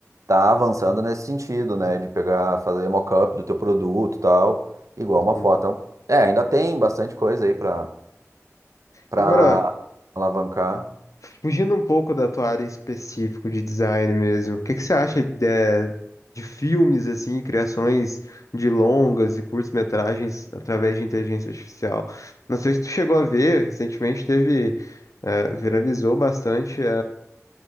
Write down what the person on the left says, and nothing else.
sim.
Agora,
Fugindo um pouco da tua área em específico de design mesmo, o que que você acha de, é, de filmes, assim, criações de longas e curtas-metragens através de inteligência artificial? Não sei se tu chegou a ver, recentemente teve, eh, viralizou bastante, eh,